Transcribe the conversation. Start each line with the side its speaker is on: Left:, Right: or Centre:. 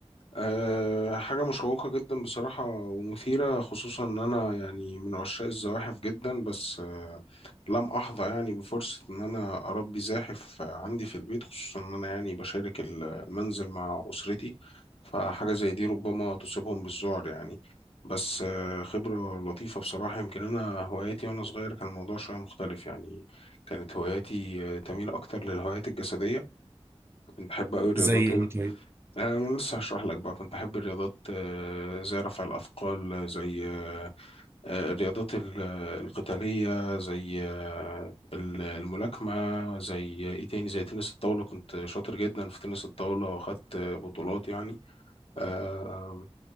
Left: أه حاجة مشوقة جدا بصراحة ومثيرة خصوصا إن أنا يعني من عشاق الزواحف جدا بس أه لم أحظى يعني بفرصة إن أنا أربي زاحف آه، عندي في البيت خصوصا إن أنا يعني بشارك ال- المنزل مع أسرتي فحاجة زي دي ربما تصيبهم بالذعر يعني بس أه خبرة لطيفة بصراحة يمكن أنا هواياتي وأنا صغير كان الموضوع شوية مختلف يعني كانت هواياتي آه، تميل أكتر للهوايات الجسدية كنت بحب أوي الرياضات
Right: زي ايه طيب
Left: آه، أنا لسه هشرح لك بقى كنت أحب الرياضات آه، زي رفع الأثقال آه، زي آه، آه، الرياضات ال- آه، القتالية زي آه، ال- الملاكمة زي آه، إيه تاني زي تنس الطاولة كنت شاطر جدا في تنس الطاولة وأخدت آه، بطولات يعني آه،